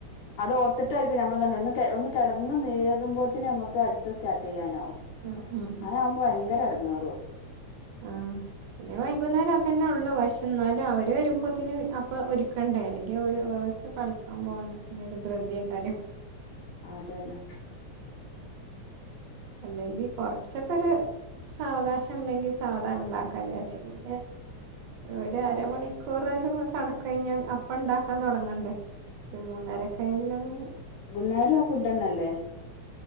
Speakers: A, on the left; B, on the right.
A: അത് ഓർത്തിട്ടായിരിക്കും നമ്മൾ തന്നെ ഒന്ന് കെട്ന്ന് നീരും പോത്തിന് നമ്മക്ക് അടുത്തത് സ്റ്റാർട്ട് ചെയ്യാനാവും
B: ഉം ഉം
A: അങ്ങാനാവുമ്പോ ഭയങ്കര അട ങ്ങേറ്വോ
B: ആ പിന്നെ വൈകുന്നേരം അതന്നെള്ളു പഷേ ന്നാലും അവര് വരുമ്പോത്തിന് അപ്പ ഒരുക്കണ്ടേ അല്ലെങ്കി അവര് ഓർക്ക് കളിക്കാൻ പോകണ്ട പിന്നെ ഒരു ധൃതിയെക്കാരം
A: അതന്നെ
B: അല്ലെങ്കി കൊറച്ചൊക്കെരു സാവകാശം ണ്ടെങ്കി സാവധാനം ണ്ടാക്കാചാരിച്ച് പിന്നെ ഒരു അരമണിക്കൂറേലും കടക്കകഴിഞ്ഞാൽ അപ്പ ണ്ടാക്കാൻ തുടങ്ങണ്ടേ ഒരു മൂന്നര ക്കെങ്കിലും ഒന്ന്
A: നേരം ആ ഫുഡന്നെല്ലേ